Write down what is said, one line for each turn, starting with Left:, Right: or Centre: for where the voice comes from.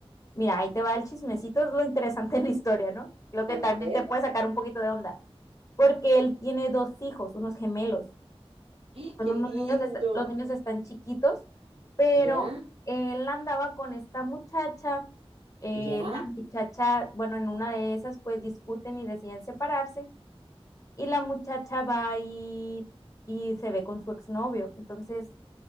Left: mira, ahí te va el chismecito, es lo interesante de la historia, ¿no? Lo que
Right: A
Left: también
Right: ver,
Left: te puede sacar un poquito de onda, porque él tiene dos hijos, unos gemelos.
Right: <gasps>
Left: con
Right: qué
Left: unos
Right: lindo.
Left: niños, está- los niños están chiquitos, pero
Right: ¿Ya?
Left: él andaba con esta muchacha, eh,
Right: ¿Ya?
Left: la muchacha, bueno, en una de esas pues discuten y deciden separarse y la muchacha va y, y se ve con su exnovio, entonces